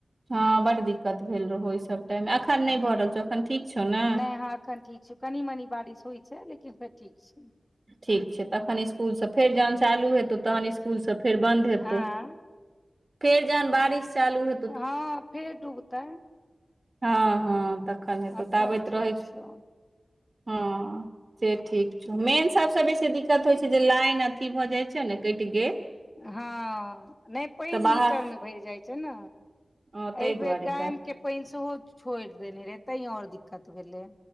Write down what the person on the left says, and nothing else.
हूँ
नहि हाँ अखन ठीक छैय। कनी-मनी बारिश होइ छैय लेकिन फेर ठीक छैय।
आँ
हाँ फेर डूबतय।
अखन
ठीक
छौ
हाँ नय पाइन
मीटरमे भरि जाइ छैय न।
एहि बेेर
डैमके
पाइन सेहो छोइड़ देने रहय तैं और दिक्कत भेलय।